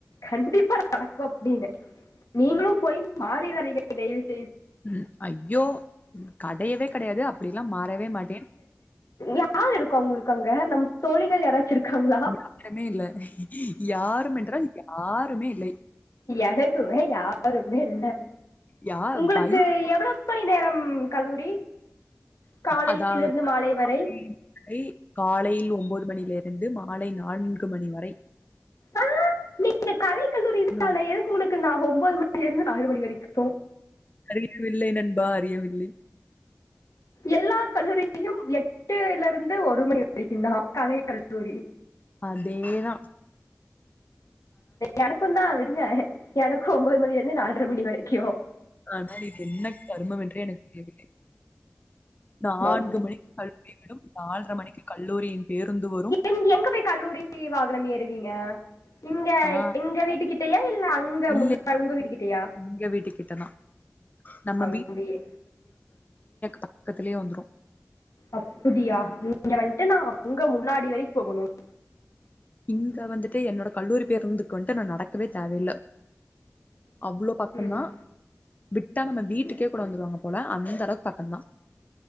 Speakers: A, on the left (about 90°); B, on the left (about 30°).
A: கண்டிப்பா நடக்கு அப்டீனு நீங்களு போய் <unintelligible> டெய்
B: உம் அய்யோ கடையவே கடையாது அப்டி ல்லா மா வரவே மாட்டேன்
A: யாரு இருக்க உங்குளுக்கு அங்க நம் தோழிகள் யாராச்சும் இருக்காங்களா
B: யாருமே இல்ல யாரும் என்றால் யாருமே இல்லை
A: எனக்குமே யாருமே இல்ல
B: யா
A: உங்களுக்கு
B: பயம்
A: எவ்ளோ மணி நேரம் ம் கல்லூரி காலையிலிருந்து
B: அதாவ்
A: மாலை
B: <unintelligible>
A: வரை
B: காலையில் ஒம்போது து மணியிலேருந்து மாலை நான்கு மணி வரை
A: அ நீங்க கலை கல்லூரி <unintelligible>
B: அ
A: எதுக்கு உனக்கு நா ஒம்போது ம அ இருந்து நாலு மணி வெரிக்கு
B: அறியவில்லை நண்பா அறியவில்லை
A: எல்லா கல்லூரி <unintelligible> எட் ட்டுலருந்து ஒரு மணி வெரிக்குந்தா கலை கல்லூரி
B: அதேதா
A: எனக்குந்தா விடுங்க எனக்கு ஒம்போது மணில இருந்து நால்ர மணி வரைக்கு
B: ஆனால் இது என்ன கருமம் என்று எனக்கு தெரியவில்லை நான்கு
A: நான்
B: மணி <inaudible> விடும் நால்ர மணிக்கு கல்லூரியின் பேருந்து வரும்.
A: நீங்க எங்க போய் கல்லூரி வாகனம் ஏறுவீங்க இங்க
B: ஆ
A: எங்க வீட்டு கிட்டயா இல்ல அங்க
B: இல்ல
A: முன்னா உங்க வீட்டு கிட்டயா
B: எங்க வீட்டுக்கிட்ட தான். நம்ம
A: அங்கயே
B: பக்கத்துலயே வந்துரு
A: அப்புடியா நீங்க வந்ட்டு நா உங்க முன்னாடி வரியு போகனும்
B: இங்க வந்துட்டு என்னோட கல்லூரி பேருந்துக்கு வந்ட்டு நா நடக்கவே தேவயில்ல அவ்ளோ பக்கந்தா
A: ம்.
B: விட் டா நம்ம வீட்டுக்கே கூட வந்துருவாங்க போல அந்த அளவுக்கு பக்கந்தா